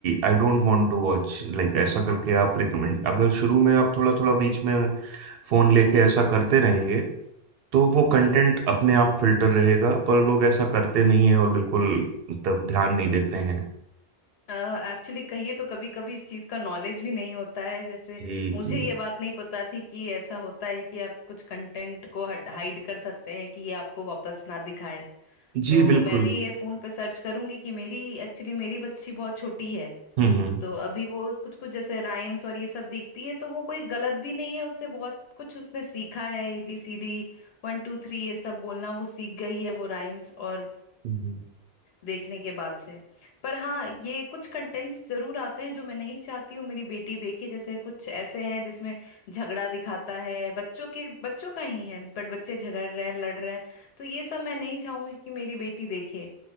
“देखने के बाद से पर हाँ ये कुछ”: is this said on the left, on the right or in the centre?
Left